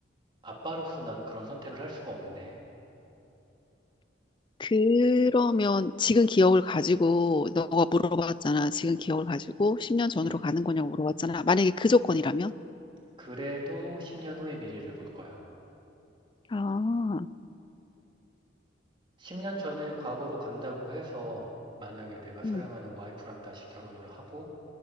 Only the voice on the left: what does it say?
그러면 지금 기억을 가지고 너가 물어봤잖아. 지금 기억을 가지고 10년 전으로
가는 거냐고 물어봤잖아. 만약에 그 조건이라면?
아,
음,